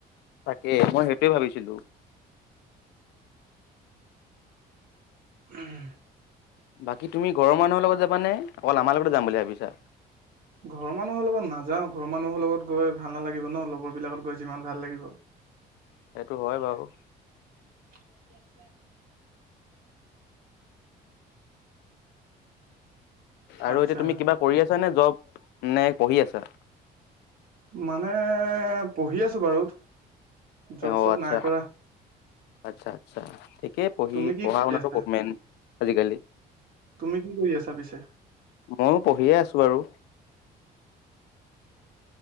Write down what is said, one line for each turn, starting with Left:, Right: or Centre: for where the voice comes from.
Left: তাকে মই সেইটোৱে ভাবিছিলোঁ।
Right: উম
Left: বাকী তুমি ঘৰৰ মানুহৰ লগত যাবানে অকল আমাৰ লগতে যাম বুলি ভাবিছাঁ?
Right: ঘৰৰ মানুহৰ লগত নাযাওঁ ঘৰ মানুহৰ লগত গৈ ভাল নালাগিব ন লগৰ বিলাকত গৈ যিমান ভাল লাগিব।
Left: সেইটো হয় বাৰু।
Right: আছিলে <unintelligible>
Left: আৰু
Right: আচ্ছা
Left: এতিয়া তুমি কিবা কৰি আছা নে জব নে পঢ়ি আছা?
Right: মানে পঢ়ি আছোঁ বাৰু জব
Left: অ
Right: চব
Left: আচ্ছা
Right: নাই কৰা।
Left: আচ্ছা আচ্ছা ঠিকে পঢ়ি
Right: তুমি কি
Left: পঢ়া
Right: কৰি
Left: শুনাতো
Right: আছা
Left: মেইন আজিকালি।
Right: তুমি কি কৰি আছা পিছে?
Left: মইয়ো পঢ়িয়ে আছোঁ বাৰু।